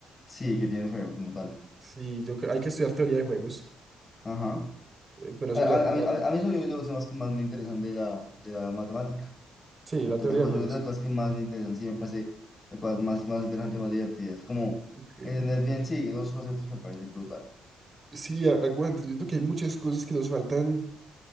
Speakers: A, on the left; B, on the right.
A: Sí, que tiene un juego como tal.
B: Sí, yo creo, hay que estudiar teoría de juegos,
A: Ajá.
B: eh, pero eso
A: A, a,
B: ya toca,
A: a, mí, a mí a mí eso yo creo que es lo más que más me interesan de la, de la matemática.
B: sí,
A: Captura
B: la teoría
A: joya
B: de juegos.
A: yo de las cosas que más me interesan, sí, me parece las cosas más, más interesantes, más divertidas. Como
B: Ok.
A: entender bien, sí, dos conceptos me parece brutal.
B: Sí, a- aguante, yo siento que hay muchas cosas que nos faltan